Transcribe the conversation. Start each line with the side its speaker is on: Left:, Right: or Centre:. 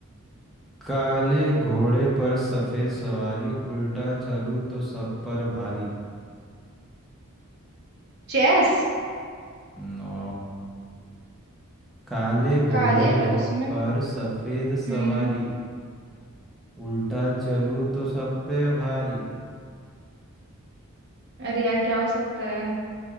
Centre: काले घोड़े पर सफेद सवारी उल्टा चलूं तो सब पर भारी
Right: चेस
Centre: नो काले घोड़े
Right: काले है उसमें
Centre: पर सफेद सवारी
Right: हम्म
Centre: उल्टा चलूं तो सब पे भारी
Right: अरे यार क्या हो सकता है